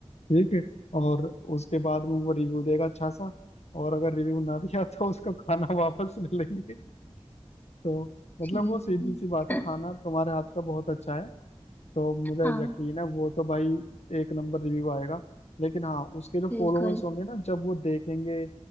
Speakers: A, on the left (about 80°); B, on the left (about 15°).
A: ठीक है और उसके बाद में वो रिव्यू देगा अच्छा सा और अगर रिव्यू ना दिया तो उसको खाना <laughs> वापस ले लेंगे तो मतलब
B: ठीक
A: वो सीधी सी बात है
B: है
A: खाना तुम्हारे हाथ का बहुत अच्छा है तो मुझे
B: हाँ
A: यकीन है वो तो भाई एक नंबर रिव्यू आएगा लेकिन हाँ उसके जो
B: बिल्कुल
A: फॉलोअर्स होंगे ना जब वो देखेंगे